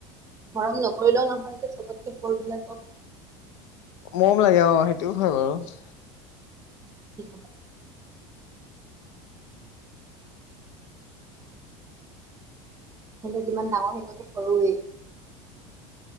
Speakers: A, on the right (about 20°); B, on the left (about 75°).
A: মৰম নকৰিলেও নহয় যে চবতকে সৰুবিলাকক
B: মৰম লাগে অ সেইটোও হয় বাৰু
A: প <inaudible> সি যিমান ডাঙৰ হৈ গ'লো সৰুৱেই